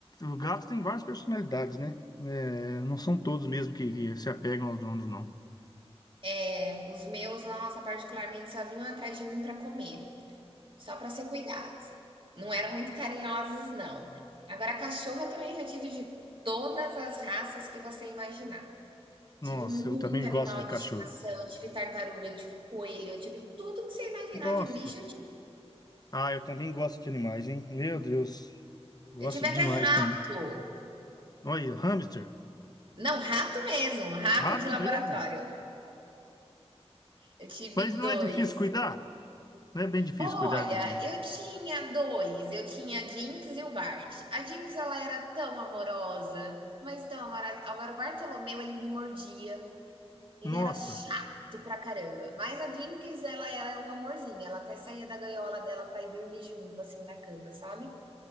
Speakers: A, on the left (about 35°); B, on the right (about 50°).
A: O gato tem várias personalidades, né? É, não são todos mesmo que, que se apegam aos donos, não.
B: É, os meus, nossa, particularmente, só vinham atrás de mim para comer. Só para ser cuidado. Não eram muito carinhosos, não. Agora, cachorra também já tive de todas as raças que você imaginar.
A: Nossa,
B: Tive muito
A: eu também
B: animal
A: gosto de
B: de
A: cachorro.
B: estimação, tive tartaruga, eu tive coelho, eu tive tudo que você imaginar
A: Nossa.
B: de bicho, eu tive.
A: Ah, eu também gosto de animais, hein? Meu Deus. Gosto
B: Eu tive até
A: demais
B: rato.
A: também. Olha, hamster.
B: Não, rato mesmo, rato
A: Rato
B: de laboratório.
A: mesmo?
B: Eu tive
A: Mas não
B: dois.
A: é difícil cuidar? Não é bem difícil
B: Olha,
A: cuidar de... de-
B: eu tinha dois. Eu tinha a Jinx e o Bart. A Jinx, ela era tão amorosa, mas tão amorosa. Agora, o Bartolomeu, ele me mordia. Ele
A: Nossa.
B: era chato pra caramba. Mas a Jinx, ela é um amorzinho. Ela até saía da gaiola dela pra ir dormir junto, assim, na cama, sabe?